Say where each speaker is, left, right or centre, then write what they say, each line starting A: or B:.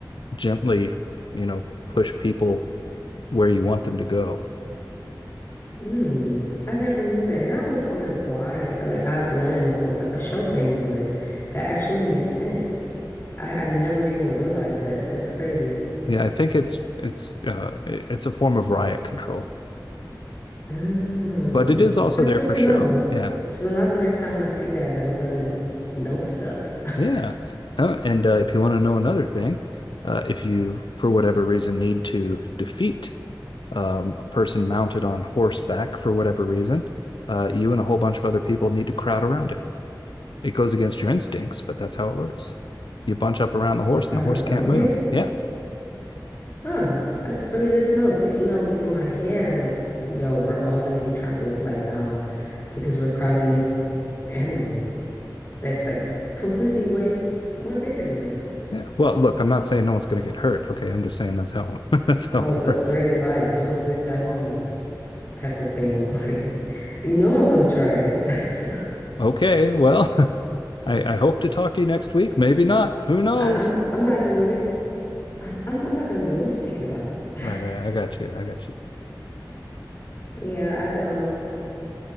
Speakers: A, on the left; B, on the left.
A: gently, you know, push people where you want them to go.
B: Mm, I never knew that, and I always wondered why. Like I, I mean, I didn't know if it was like a show thing, but that actually makes sense. I, I've never even realized that. That's crazy.
A: Yeah, I think it's it's uh it's a form of riot control,
B: Mm,
A: but it is also
B: that's
A: there
B: good
A: for
B: to
A: show.
B: know.
A: Yeah.
B: So now the next time I see that, like I'm gonna know stuff. <laughs>
A: Yeah. Oh, and uh, if you want to know another thing, uh, if you, for whatever reason, need to defeat um, a person mounted on horseback for whatever reason, uh, you and a whole bunch of other people need to crowd around it. It goes against your instincts, but that's how it works. You bunch up around the horse,
B: Crowd
A: and the horse
B: around
A: can't move.
B: it?
A: Yeah,
B: Huh. That's really good to know. So, you know, in my head, I'm like, yo, we're all gonna get trampled like now because we're crowding this animal that's like completely way more bigger than us.
A: yeah. Well, look, I'm not saying no one's going to get hurt. Okay, I'm just saying that's how <laughs> that's how
B: Oh,
A: it
B: uh,
A: works.
B: great advice. Don't do this at home type of thing. <laughs> Like, you know, I want to try it. <laughs> So,
A: Okay, well, <laughs> I, I hope to talk to you next week. Maybe not. Who knows?
B: I, I'm I'm not doing it. I, I'm I'm not gonna do it. I'm just thinking about it. <laughs>
A: Right, right. I got you. I got you.
B: Yeah, I um